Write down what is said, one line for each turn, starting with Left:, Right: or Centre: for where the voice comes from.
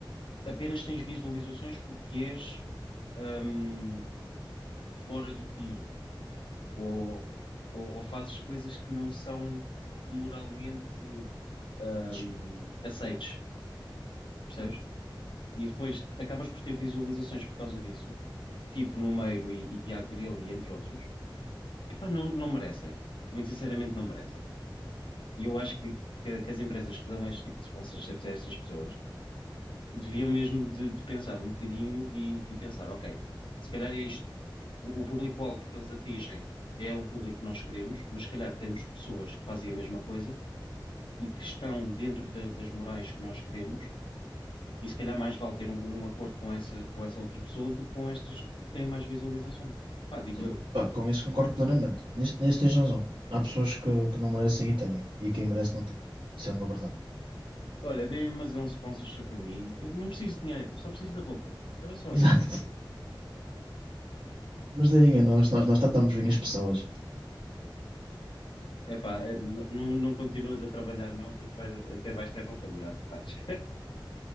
Left: apenas tens visualizações porque és hum, fora do comum ou, ou, ou fazes coisas que não são moralmente hum,
Right: sim.
Left: aceites, percebes? E depois acabas por ter visualizações por causa disso, tipo Numeiro e, e Tiago Grilo, e entre outros. Epá, não, não merecem. Muito sinceramente, não merecem. E eu acho que, que, que as empresas que dão este tipo de sponsorships a estas pessoas deviam mesmo de, de pensar um bocadinho e, e pensar, ok, se calhar é isto, o, o público-alvo que eles atingem é o público que nós queremos, mas se calhar temos pessoas que fazem a mesma coisa e que estão dentro da- das morais que nós queremos, e se calhar mais vale ter um, um acordo com essa, com essa outra pessoa do que com estas que têm mais visualizações. Pá, digo
Right: Sim,
Left: eu.
Right: pá, com isso concordo plenamente. Nisto, nisso tens razão. Há pessoas que, que não merecem e têm, e quem merece não tem. Isso é uma verdade.
Left: Olha, deem-me mas é um sponsorship para mim. Eu não preciso de dinheiro, só preciso da roupa.
Right: <laughs>
Left: Era só
Right: Exato.
Left: isso.
Right: Mas deem a nós, nós, nós tratamos bem as pessoas.
Left: Epá, eh, n- não, não continuas a trabalhar não, porque vais- até vais ter roupa de graça, vais.